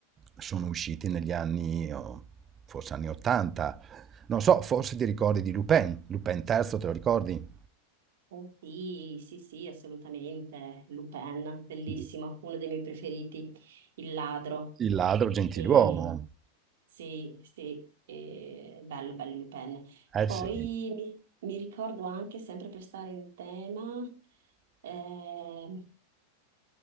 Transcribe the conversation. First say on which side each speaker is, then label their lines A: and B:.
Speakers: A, on the right; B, on the right.
A: sono usciti negli anni o forse anni '80. Non so, forse ti ricordi di Lupin, Lupin III te lo ricordi?
B: Oh, sì, sì, sì, assolutamente. Lupin, bellissimo,
A: Il
B: uno dei miei preferiti, il ladro.
A: il ladro gentiluomo.
B: E, sì, sì, e- bello, bello Lupin.
A: Eh
B: Poi
A: sì.
B: mi, mi ricordo anche, sempre per stare in tema, ehm,